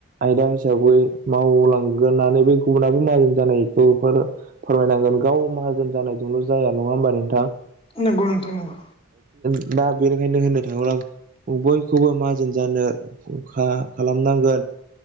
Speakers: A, on the right (about 35°); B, on the left (about 25°).
A: आयदा हिस हिसाबै मावलांगोननानो बे गुबुनाबो माहाजोंन जानायखौ फोरमायनांगोन गाव माहाजोन जानायजोंल' जाया नङा होमबा नोंथां
B: नंगौ नंथां नंगौ
A: दा बेनिखायनो होननो थाङोब्ला बयखौबो माजोन जानो खालामनांगोन